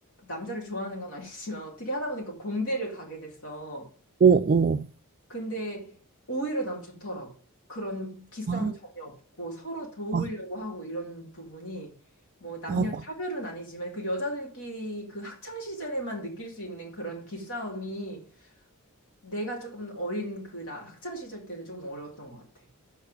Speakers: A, on the left (about 70°); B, on the right (about 40°).
A: 남자를 좋아하는 건 <laughs> 아니지만 어떻게 하다 보니까 공대를 가게 됐어.
B: 어.
A: 근데 오히려 난 좋더라고. 그런 기싸움
B: 아,
A: 전혀 없고 서로 도우려고
B: 아,
A: 하고 이런 부분이 뭐 남녀
B: 아,
A: 차별은 아니지만 그 여자들끼리 그 학창 시절에만 느낄 수 있는 그런 기싸움이 내가 조금 어린 그 나 학창 시절 때는 조금 어려웠던 것 같아.